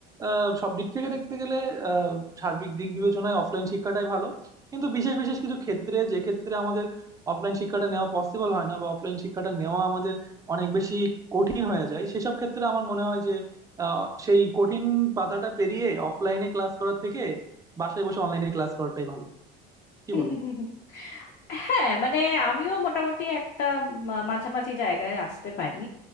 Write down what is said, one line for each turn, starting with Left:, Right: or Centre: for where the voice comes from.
Right: আহ, সব দিক থেকে দেখতে গেলে আহ, সার্বিক দিক বিবেচনায় অফলাইন শিক্ষাটাই ভালো কিন্তু বিশেষ বিশেষ কিছু ক্ষেত্রে যে ক্ষেত্রে আমাদের অফলাইন শিক্ষাটা নেওয়া পসিবল হয় না বা অফলাইন শিক্ষাটা নেওয়া আমাদের অনেক বেশি কঠিন হয়ে যায় সেসব ক্ষেত্রে আমার মনে হয় যে আহ, সেই কঠিন বাধাটা পেরিয়ে অফলাইনে ক্লাস করার থেকে বাসায় বসে অনলাইনে ক্লাস করাটাই ভালো কি
Left: <laughs>
Right: বলো
Left: হ্যাঁ মানে আমিও মোটামুটি একটা মা- মাঝামাঝি জায়গায় আসতে পারি